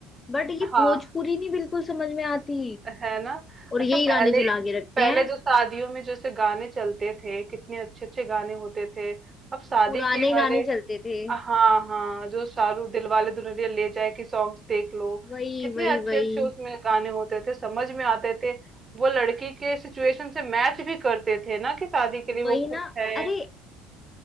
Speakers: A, on the left (about 30°); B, on the right (about 25°).
A: बट ये
B: हाँ
A: भोजपुरी नहीं बिल्कुल समझ में आती
B: है ना
A: और
B: अच्छा
A: यही
B: पहले
A: गाने चला के रखते
B: पहले
A: हैं
B: जो शादियों में जैसे गाने चलते थे कितने अच्छे अच्छे गाने होते थे अब शादी
A: पुराने
B: के हर
A: गाने
B: एक
A: चलते थे
B: हाँ हाँ जो शाहरुख दिलवाले दुल्हनिया ले जाए की सॉन्ग्स देख लो
A: वही
B: कितने
A: वही
B: अच्छे
A: वही
B: अच्छे उसमें गाने होते थे समझ में आते थे वो लड़की के सिचुएशन से मैच भी करते थे ना कि शादी के लिए
A: वही
B: वो
A: ना
B: खुश है
A: अरे